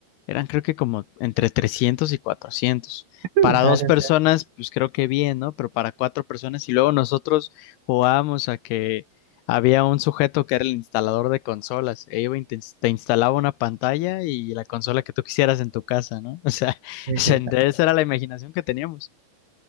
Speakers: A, on the left; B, on the right.
A: eran creo que como entre 300 y 400.
B: Mm,
A: Para
B: Dale,
A: dos personas,
B: o sea.
A: pues creo que bien, ¿no? Pero para cuatro personas y luego nosotros jugábamos a que había un sujeto que era el instalador de consolas. e iba y te ins- te instalaba una pantalla y la consola que tú quisieras en tu casa, ¿no? <laughs> O sea,
B: Uy,
A: o sea,
B: qué
A: esa era la imaginación que teníamos.